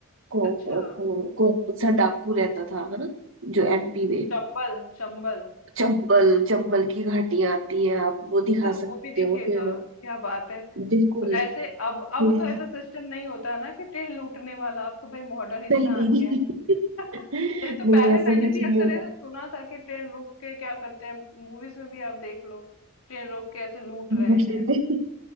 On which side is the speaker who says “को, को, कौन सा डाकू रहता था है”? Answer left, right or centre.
Right